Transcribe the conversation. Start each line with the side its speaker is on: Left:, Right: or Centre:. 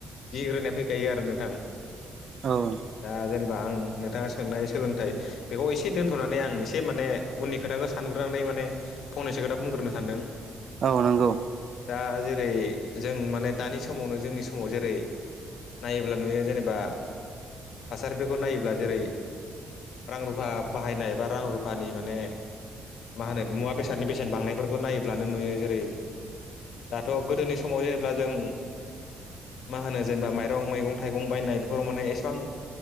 Left: गिग्रोनाय फैखायो आरो नोंथां।
Right: औ।
Left: दा जेनेबा आं नोंथाङा सोंनाय सोलोंथाइ बेखौ एसे दोन्थनानै आं एसे माने उननि खोथाखौ सानगोन। नानै माने फंनैसो खोथा बुंग्रोनो सानदों
Right: औ नंगौ
Left: दा जेरै जों माने दानि समावनो जोंनि समाव जेरै नायोब्ला नुयो जेनेबा। थासारिफोरखौ नायोब्ला जेरै रां रुफा बाहायनाय बा रां रुफानि माने मा होनो मुवा बेसादनि बेसेन बांनायफोरखौ नायोब्लानो नुयो जेरै दाथ गोदोनि समाव जेनेबा जों मा होनो जेनेबा माइरं मैगं थाइगं बायनाय बेफोराव माने एसेबां